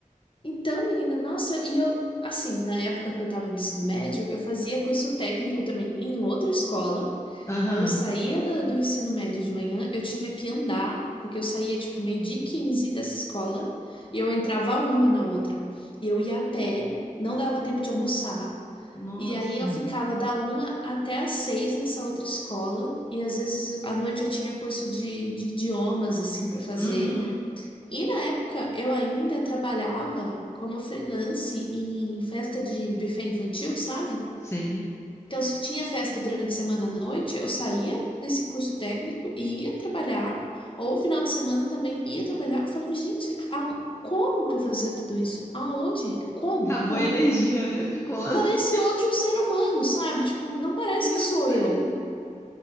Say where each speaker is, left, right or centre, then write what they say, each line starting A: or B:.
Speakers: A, on the left; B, on the left.
A: Então, menina, nossa, e eu, assim, na época que eu tava no ensino médio, eu fazia curso técnico também em outra escola.
B: Aham.
A: Então, eu saía da- do, ensino médio de manhã, eu tinha que andar, porque eu saía, tipo, meio-dia e 15 dessa escola, e eu entrava uma na outra. E eu ia a pé, não dava tempo de almoçar,
B: Nossa.
A: e aí eu ficava da uma até às seis nessa outra escola, e às vezes à noite eu tinha curso de, de idiomas, assim, para fazer.
B: Uhum.
A: E na época eu ainda trabalhava como freelance em festa de buffet infantil, sabe?
B: Sei.
A: Então, se tinha festa durante a semana à noite, eu saía desse curso técnico e ia trabalhar, ou final de semana também ia trabalhar. Eu falava, gente, a- como que eu fazia tudo isso? Aonde? Como?
B: Acabou
A: Como?
B: a energia, né? Ficou lá. <laughs>
A: Parece outro ser humano, sabe? Tipo, não parece
B: Eu
A: que sou
B: sei.
A: eu.